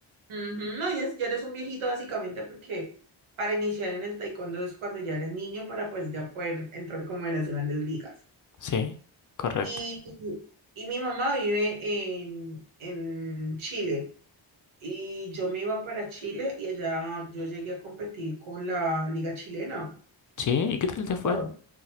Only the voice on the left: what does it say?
Sí, correcto.
Sí, ¿y qué tal te fue?